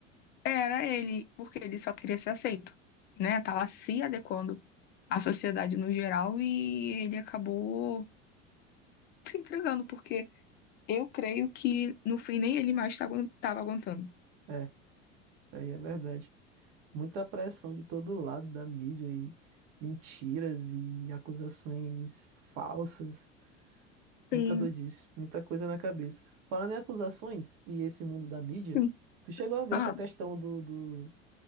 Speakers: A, on the left; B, on the right.
A: era ele, porque ele só queria ser aceito, né? Tava se adequando à sociedade no geral e ele acabou se entregando, porque eu creio que no fim nem ele mais tava aguan- tava aguentando.
B: É, isso aí é verdade. Muita pressão de todo lado da mídia e mentiras e acusações falsas. Muita
A: Sim,
B: doidice, muita coisa na cabeça. Falando em acusações e esse mundo da mídia,
A: sim.
B: tu chegou a ver
A: Ah,
B: essa questão do, do